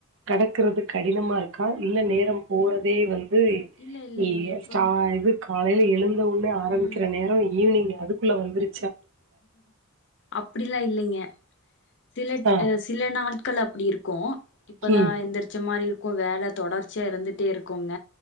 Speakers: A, on the right; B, on the left.
A: கெடைக்றது கடினமா இருக்கா இல்ல நேரம் போறதே வந் து
B: இல்ல இல்லைங்க
A: நீ
B: இப்ப
A: ஸ்டா இது காலையில எழுந்த உனே ஆரம்பிக்கற
B: ம்
A: நேர ஈவினிங் அதுக்குள்ள வந்துரு
B: அப்டிலா இல்லிங்க சில
A: ஆ
B: அ சில நாட்கள் அப்டி இருக்கு இப்பதா
A: ம்
B: எந்திரிச்ச மாரி இரு க்கு வேல தொடர்ச்சியா இருந்துட்டே இருக்குங்க